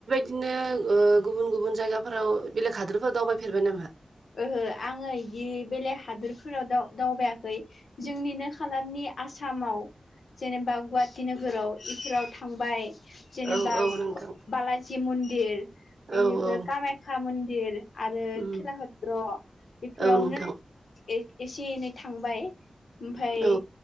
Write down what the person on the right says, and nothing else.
दिनो गुबुन गुबुन जायगाफोराव बेलेग हादोरफोराव दावबायफेरबाय नामा
औ औ नोंथां
औ औ
उम
औ नोंथां
औ